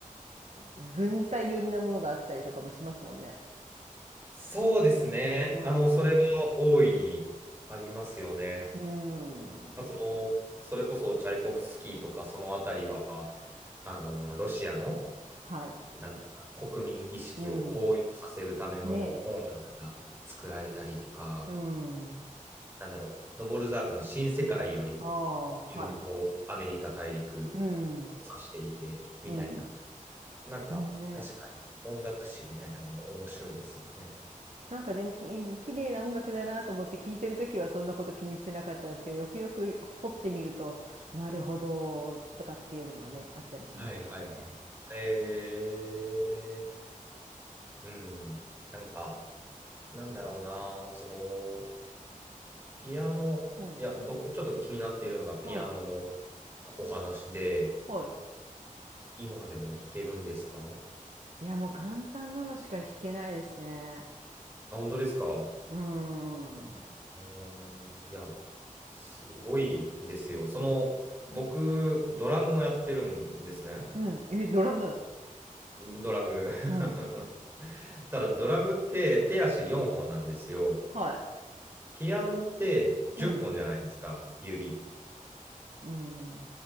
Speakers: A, on the right; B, on the right.
A: 軍隊寄りなものがあったりとかもしますもんね。
B: そうですね。
A: うん。
B: あの、それは大いにありますよね。
A: うん。
B: まあ、その、それこそチャイコフスキーとかそのあたりは、あの、ロシアの、
A: はい。
B: なんだろうな、国民意識を高揚させるための音楽が作られたりとか、
A: うん。ねえ。うん。
B: なんだろう、ドボルザークの新世界より
A: ああ、
B: いうのもこうアメリカ大陸
A: はい。うん。
B: を指していてみたいな、
A: うん。
B: なんか確かに音楽史みたいなのも面白いですよね。
A: ねえ。なんかねき綺麗な音楽だなと思って聴いてる時はそんなこと気にしてなかったんですけどよくよく掘ってみるとなるほどとかっていうのはねあったりしますね。
B: はいはいはい。えー、うん、なんか、なんだろうな、その、ピアノ、
A: うん
B: いや、僕ちょっと気になっているのがピアノの
A: うん
B: はお話で、
A: はい
B: 今でも弾けるんですか
A: いやもう簡単なのしか弾けないですね。
B: あ、本当ですか
A: うーん
B: うーん、いや、すごいですよ。その、僕、ドラムをやってるんですね。
A: うんえドラム
B: ドラム <laughs>
A: うん
B: ただドラムって手足4本なんですよ。
A: はい
B: ピアノって10本じゃないですか、
A: うん
B: 指。
A: うん